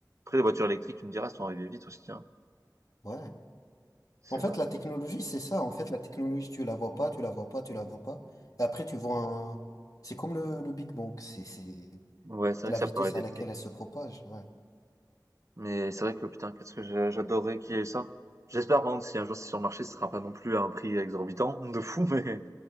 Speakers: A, on the right (about 45°); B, on the left (about 55°).
A: Après, les voitures électriques, tu me diras, elles sont arrivées vite aussi, hein.
B: Ouais.
A: C'est
B: En fait,
A: vrai.
B: la technologie, c'est ça. En fait, la technologie, tu la vois pas, tu la vois pas, tu la vois pas. Et après, tu vois un... C'est comme le, le Big Bang. C'est, c'est
A: Ouais, c'est vrai
B: la
A: que ça
B: vitesse
A: peut arriver
B: à laquelle
A: très vite.
B: elle se propage. Ouais.
A: Mais c'est vrai que, putain, qu'est-ce que j'a- j'adorerais qu'il y ait ça. J'espère, par contre, si un jour c'est sur le marché, ce sera pas non plus à un prix exorbitant, <laughs> de fou, mais,